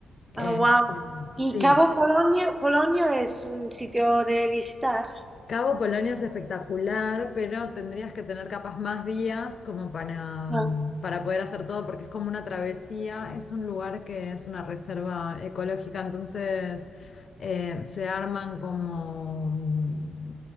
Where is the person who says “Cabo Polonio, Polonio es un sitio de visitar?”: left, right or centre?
Right